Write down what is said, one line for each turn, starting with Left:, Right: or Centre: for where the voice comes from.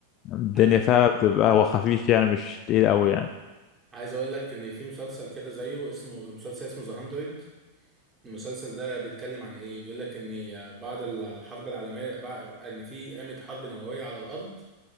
Left: الدنيا
Right: عايز
Left: فيها بتبقى هو خفيف يعني مش تقيل قوي يعني
Right: عايز اقول لك ان في مسلسل كده زيه اسمه مسلسل اسمه ذا 100 المسلسل ده بيتكلم عن ايه بيقول لك ان بعد ال- الحرب العالميه بعد ان في قامت حرب نوويه على الارض